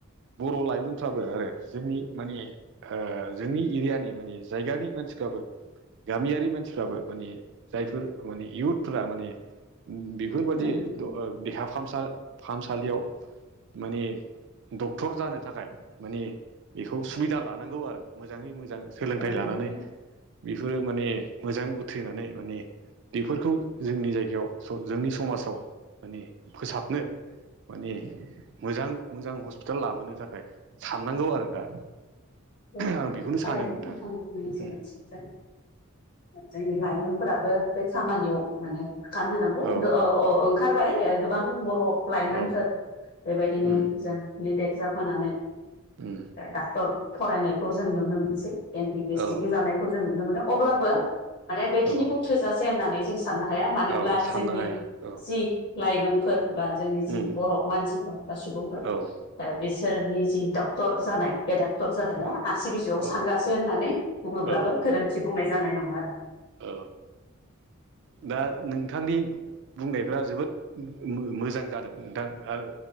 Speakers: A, on the right (about 55°); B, on the left (about 50°).
A: बर' लाइमोनफ्राबो आरो जोंनि माने ओ जोंनि एरियानि माने जायगानि <unintelligible> गामियारि मानसिफ्राबो माने जायफोर माने इयउटफोरा माने बेफोरबायादि
B: नोंथां
A: द ओ देहा फाहामसा फाहामसालियाव माने डक्टर जानो थाखाय माने बेखौ सुबिदा लानांगौ आरो मोजाङै मो मोजां सोलोंथाइ
B: औ नोंथां
A: लानानै
B: औ
A: बेफोरो माने मोजाङै उथ्रिनानै माने बेफोरखौ जोंनि जायगायाव जोंनि समाजाव माने फोसाबनो माने मोजां मोजां हस्पिटाल लाबोनो थाखाय साननांगौ आरो दा
B: औ
A: आं बेखौनो
B: थारैनो
A: सानो
B: नोंथां बुंनाय
A: औ
B: सोदोबथिफ्रा जोंनि लाइमोनफोराबो बे खामानियाव माने गानहांगौ
A: औ
B: ओंखारबाय गोबां बर'
A: औ
B: लाइमोनफोर बेबायदिनो
A: उम
B: जों नेट एजाम होनानै
A: उम
B: डक्टर फरायनायखौ जों नुनो मोनसै एमबिबिएस
A: औ
B: डिग्रि लानायखौ जों नु नुनो मोनो अब्लाबो माने बेखिनिखौ
A: औ
B: थोजासे होननानै जों साननो हाया मानोब्ला
A: औ साननो
B: जोंनि
A: हाया औ
B: जि लाइमोनफोर बा जोंनि जि
A: उम
B: बर' मानसिफोर बा सुबुंफोर
A: औ
B: बिसोर नि जि डाक्टर जानाय बे डाक्टर जानाया
A: औ
B: आसि बिजौआव
A: औ
B: सानग्रासो होननानै बुङोब्लाबो
A: औ
B: गोरोन्थि बुंनाय जानाय नङा आरो
A: औ दा नोंथांनि बुंनायफ्रा जोबोद मोजां जादों नोंथां आरो